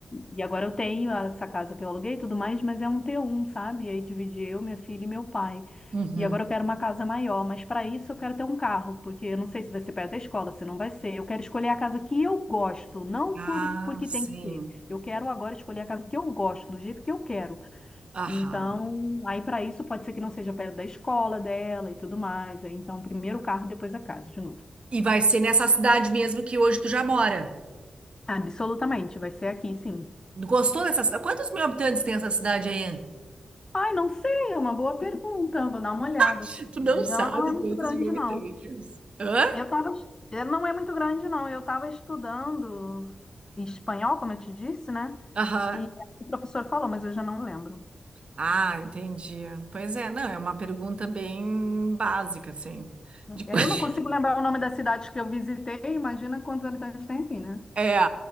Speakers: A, on the left (about 30°); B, on the right (about 55°).
A: E agora eu tenho essa casa que eu aluguei e tudo mais, mas é um T1, sabe? E aí dividi eu, minha filha e meu pai.
B: Uhum.
A: E agora eu quero uma casa maior, mas para isso eu quero ter um carro, porque eu não sei se vai ser perto da escola, se não vai ser. Eu quero escolher a casa que eu gosto, não
B: Ah,
A: por porque
B: sim.
A: tem que ser. Eu quero agora escolher a casa que eu gosto, do jeito que eu quero.
B: Aham.
A: Então, aí para isso pode ser que não seja perto da escola dela e tudo mais. Aí, Então, primeiro o carro, depois a casa, de novo.
B: E vai ser nessa cidade mesmo que hoje tu já mora.
A: Absolutamente, vai ser aqui, sim.
B: Gostou dessa cidade? Quantos mil habitantes tem essa cidade aí?
A: Ai, não sei, é uma boa pergunta. Vou dar uma olhada.
B: <laughs>
A: aqui.
B: Tu não
A: Mas
B: sabe
A: ela não é muito
B: quantos
A: grande,
B: mil habitantes.
A: não.
B: Hã?
A: Eu tava, es- eh, não é muito grande, não. Eu estava estudando espanhol, como eu te disse, né?
B: Aham.
A: E o professor falou, mas eu já não lembro.
B: Ah, entendi. Pois é, não, é uma pergunta bem básica, assim. De co-
A: Eu
B: <laughs>
A: não consigo lembrar o nome das cidades que eu visitei. Imagina quantos habitantes tem aqui, né?
B: É, é,